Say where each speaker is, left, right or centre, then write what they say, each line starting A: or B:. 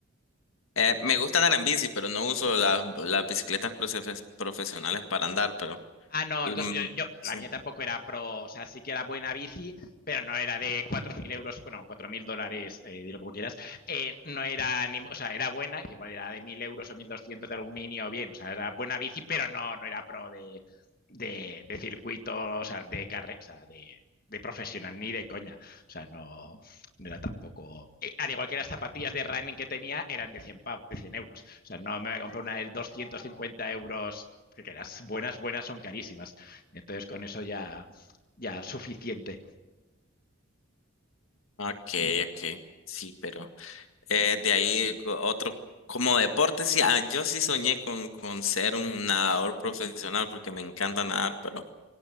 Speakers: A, on the left; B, on the left.
A: eh, me gusta andar en bici, pero no uso las, las bicicletas profe- profesionales para andar, pero...
B: Ah, no,
A: mm,
B: entonces yo, yo- la
A: sí.
B: mía tampoco era pro, o sea, sí que era buena bici, pero no era de 4.000 euros, bueno, 4.000 dólares, eh, dilo como quieras, eh, no era, ni, o sea, era buena, que igual era de 1.000 euros o mil doscientos de aluminio, bien, o sea, era buena bici, pero no, no era pro de, de, de circuito, o sea, de carrera, o sea, de, de profesional, ni de coña, o sea, no, no era tampoco. Eh, Al igual que las zapatillas de running que tenía eran de cien pav- de 100 euros. O sea, no me voy a comprar una de 250 euros, porque las buenas, buenas son carísimas. Entonces, con eso ya, ya suficiente.
A: Ok, ok. Sí, pero... Eh, de ahí co- otro, como deporte, sí, ah, yo sí soñé con, con ser un nadador profesional porque me encanta nadar, pero